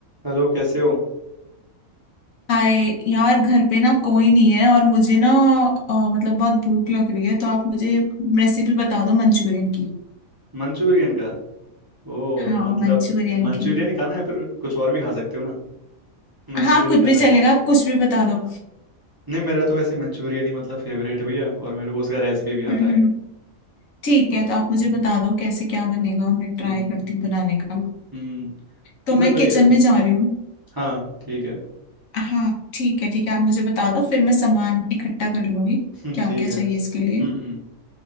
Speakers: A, on the right; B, on the left.
A: हेलो कैसे हो
B: हाय यार घर पे ना कोई नहीं है और मुझे ना अ, मतलब बहुत भूख लग रही है तो आप मुझे रेसिपी बता दो मंचूरियन की
A: मंचूरियन का ओ
B: हाँ
A: मतलब
B: मंचूरियन
A: मंचूरियन
B: की
A: ही खाना है या फिर कुछ और भी खा सकते हो ना मंचूरियन
B: हाँ कुछ
A: ही खाना
B: भी चलेगा
A: है
B: आप कुछ भी बता दो
A: नहीं मेरा तो वैसे मंचूरियन ही मतलब फेवरेट भी है और मेरे को उसका रेसिपी भी
B: हम्म
A: आता है
B: हम्म, ठीक
A: तो,
B: है तो आप मुझे
A: हम्म
B: बता दो कैसे क्या बनेगा मैं ट्राई
A: हम्म
B: करती हूँ बनाने का
A: हम्म,
B: तो
A: मतलब
B: मैं
A: वही
B: किचन
A: है
B: में जा रही हूँ
A: हाँ ठीक है <laughs>
B: हाँ ठीक है ठीक है आप मुझे बता दो फिर मैं सामान इकट्ठा कर लूंगी
A: हम्म,
B: क्या
A: ठीक
B: क्या
A: है
B: चाहिए
A: हम्म
B: इसके लिए
A: हम्म।